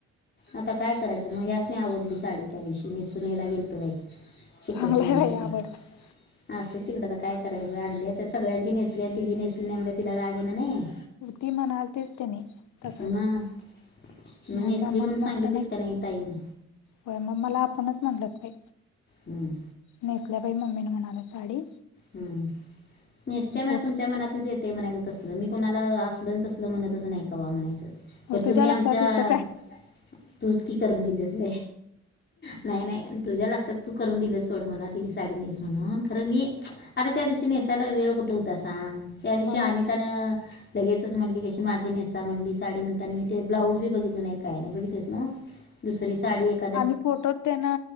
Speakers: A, on the left; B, on the left.
A: आता काय करायचं मग ह्याच नाही आवडली साडी त्या दिवशी नेसून ह्यायला गेलतो बाई शखकर
B: चांगलं
A: सिमणापूर्ला
B: आहे बाई आवड
A: असंदे तिकडे तर काय करायचं आणले तर सगळ्यांची नेसली आणि तिची नेसली नाही म्हनल तिला राग येणार नाही काय
B: तेनी म्हणलतीत तेने तस
A: मग मग
B: मनग
A: नेसली म्हणून
B: मण
A: सांगितलीस
B: म्हटलं नाही
A: का ताईनं
B: हो ममला आपप्रणच मानलतप आहे
A: हम्म
B: नेसल्या पाहि मम्मीने म्हणाला साडी
A: हम्म नेसत्या म्हणा
B: फोटो
A: तुमच्या मनातलीच येत ते म्हणायचं तसल मी कोणाला असलं तसल म्हणतच नाही कं म्हणायचं
B: हो
A: तरर
B: तुझ्या
A: तुम्ही
B: लक्षात
A: आमच्या
B: होतं काय
A: तुचकी करून दिलीय नाही नाही तुझ्या लक्षात तू करून दिलंस सोड मला तिची साडी नेस म्हणून खरं मी आता त्या दिवशी नेसायला वेळ कुठे होता सांग त्या दिवशी
B: मग
A: अनितान
B: म्हटलं
A: लगेच म्हणली कशी माझी नेसा म्हणली साडी म्हणता आणि मी ते ब्लाऊज बी बघित नाही काय नाही बघितेस ना दुसरी साडी एक
B: आणिम्ही फोटो त्यांना